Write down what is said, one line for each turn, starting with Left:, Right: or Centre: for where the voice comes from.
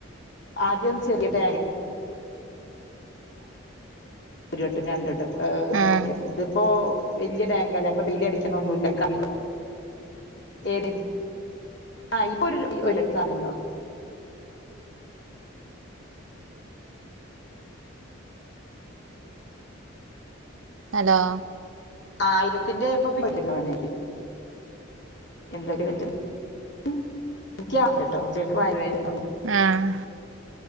Left: ആദ്യം ചെറിയ <unintelligible> ഒരു വട്ടം രണ്ടട്ടം ഏഹ്
Right: ആഹ്
Left: ഒക്കെ ഇതിപ്പോ വല്യ ടാങ്കല്ലേ അപ്പ ഡിലെ അടിക്കുന്ന ഒന്നും ഇല്ല <unintelligible> ഏട് ആഹ് ഇപ്പൊ ഒര് ഒര് സമ്മന്നെ ഒള്ളൂ
Right: ഹലോ
Left: ആയിരത്തിന്റെ <unintelligible> <unintelligible>
Right: ആഹ്